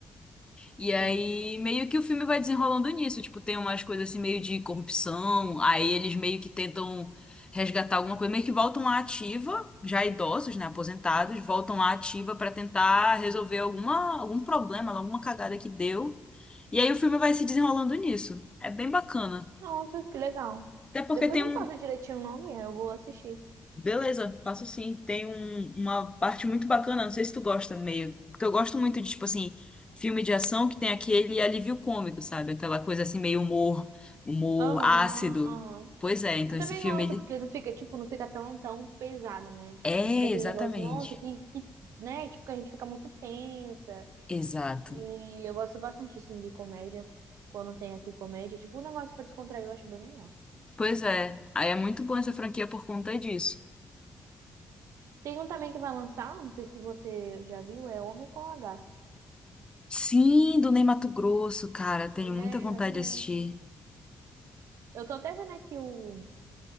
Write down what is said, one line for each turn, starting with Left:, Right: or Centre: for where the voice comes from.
Left: E
Right: sim.
Left: aí, meio que o filme vai desenrolando nisso. Tipo, tem umas coisas assim, meio de corrupção. Aí eles meio que tentam resgatar alguma coisa. Meio que voltam à ativa, já idosos, né? Aposentados, voltam à ativa pra tentar resolver alguma, algum problema, alguma cagada que deu. E aí o filme vai se desenrolando nisso. É bem bacana.
Right: Nossa, que legal.
Left: Até porque
Right: Depois
Left: tem
Right: me
Left: um,
Right: passa direitinho o nome, eu vou assistir.
Left: Beleza, passo sim. Tem um- uma parte muito bacana, não sei se tu gosta meio, porque eu gosto muito de, tipo assim, filme de ação que tem aquele alívio cômico, sabe? Aquela coisa assim, meio humor, humor
Right: Aham,
Left: ácido.
Right: aham.
Left: Pois é, então
Right: Eu também
Left: esse filme,
Right: gosto,
Left: ele...
Right: porque não fica, tipo, não fica tão, tão pesado, né? Tipo,
Left: É,
Right: não fica aquele
Left: exatamente.
Right: negócio, nossa, que, que, né? Tipo, que a gente fica muito tensa.
Left: Exato.
Right: E eu gosto bastante, assim, de comédia. Quando tem, assim, comédia. Tipo, um negócio pra descontrair, eu acho bem legal.
Left: Pois é, aí é muito bom essa franquia por conta disso.
Right: Tem um também que vai lançar, não sei se você já viu, é Homem com H.
Left: Sim, do Ney Matogrosso, cara, tenho
Right: É,
Left: muita vontade
Right: exatamente.
Left: de assistir.
Right: Eu tô até vendo aqui o